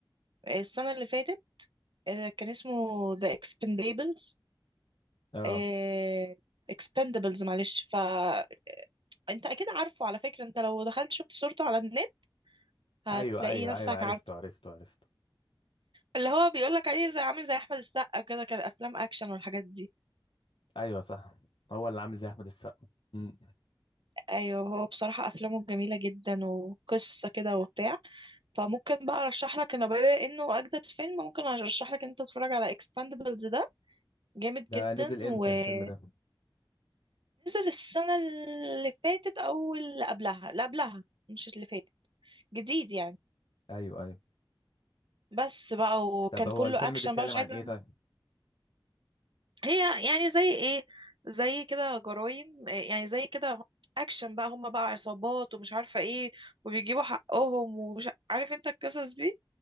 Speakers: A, on the right; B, on the left.
A: السنة اللي فاتت آه، كان اسمه The Expendables
B: اه
A: آه، Expendables معلش فأنت أكيد عارفه على فكرة أنت لو دخلت شفت صورته على النت هتلاقي
B: ايوه ايوه
A: نفسك
B: ايوه عرفته
A: عارفه
B: عرفته عرفته
A: اللي هو بيقولك عليه زي عامل زي أحمد السقا كده كان أفلام أكشن والحاجات دي
B: ايوه صح هو اللي عامل زي احمد السقا مم.
A: ايوه هو بصراحة افلامه جميلة جدا وقصة كده وبتاع فممكن بقى ارشح لك انا بما انه اجدد فيلم ممكن ارشح لك ان انت تتفرج على اكسباندبلز ده جامد
B: ده
A: جدا
B: نزل امتى
A: ونزل
B: الفيلم ده
A: السنة اللي فاتت او اللي قبلها اللي قبلها مش اللي فاتت جديد يعني
B: ايوه ايوه
A: بس بقى وكان
B: طب هو
A: كله
B: الفيلم
A: اكشن
B: بيتكلم
A: بقى مش عايزة
B: عن ايه طيب
A: هي يعني زي ايه زي كده جرايم إيه يعني زي كده اكشن بقى هم بقى عصابات ومش عارفة ايه وبيجيبوا حقهم ومش عارف انت القصص دي